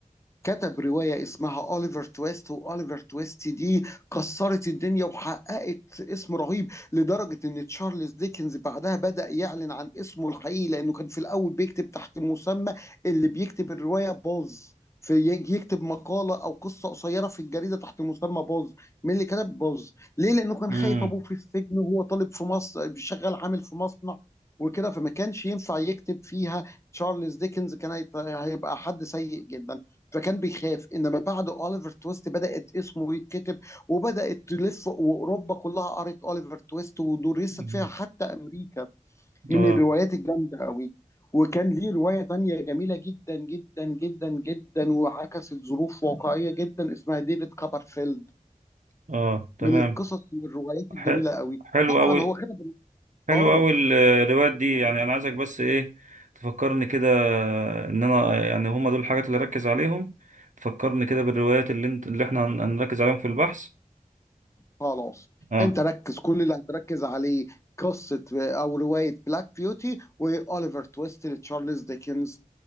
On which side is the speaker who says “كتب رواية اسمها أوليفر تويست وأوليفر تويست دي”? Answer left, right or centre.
Left